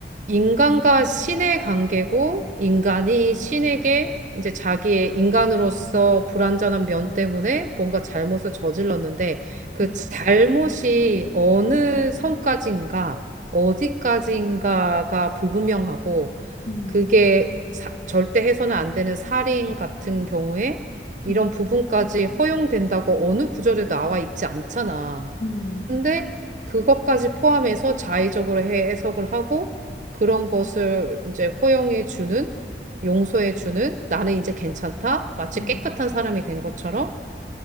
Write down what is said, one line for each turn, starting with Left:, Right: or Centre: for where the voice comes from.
Right: 인간과 신의 관계고 인간이 신에게 이제 자기의 인간으로서 불완전한 면 때문에 뭔가 잘못을 저질렀는데 그
Left: 음,
Right: 잘못이 어느 선까지인가 어디까지인가가 불분명하고
Left: 음,
Right: 그게 사- 절대 해서는 안 되는 살인 같은 경우에 이런
Left: 음,
Right: 부분까지 허용된다고 어느 구절에 나와 있지 않잖아.
Left: 음,
Right: 근데 그것까지 포함해서 자의적으로 해- 해석을 하고 그런 것을 이제 허용해 주는, 용서해 주는 나는 이제 괜찮다. 마치
Left: 음,
Right: 깨끗한 사람이 된 것처럼